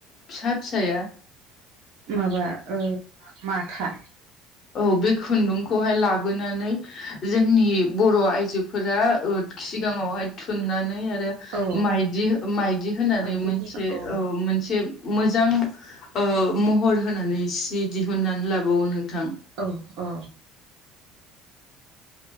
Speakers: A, on the left; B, on the right.
A: फिसा फिसाया
B: माबा ओ माथा
A: औ बे खुन्दुंखौहाय लाबोनानै जोंनि बर' आइजोफोरा ओ सिगाङावहाय थुननानै आरो
B: औ
A: माइदि माइदि होनानै
B: मायदि
A: मोनसे
B: होबा
A: ओ
B: औ
A: मोनसे मोजां ओ महर होनानै सि दिहुननानै लाबावो नोंथां
B: औ अ